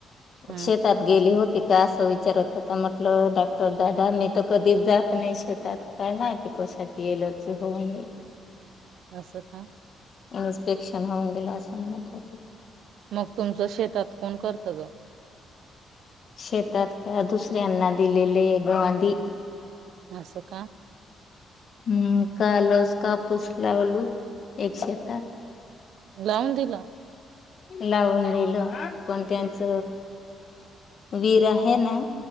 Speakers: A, on the right (about 75°); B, on the left (about 50°).
A: हा
B: शेतात गेली होती. ती का असं विचारत होता म्हटलं डॉक्टर दादा मी तर कधीच जात नाही शेतात काय माहिती. कशाची ऍलर्जी होऊन गेली.
A: असं का.
B: इन्स्पेक्शन होऊन गेला असं म्हणत होते ते.
A: मग तुमचं शेतात कोण करतं ग?
B: शेतात का दुसऱ्यांना दिलेले गवांधी.
A: आस का.
B: हम्म कालच कापूस लावल एक शेतात.
A: लावून दिला.
B: लावून दिलं पण त्यांच वीर आहे ना.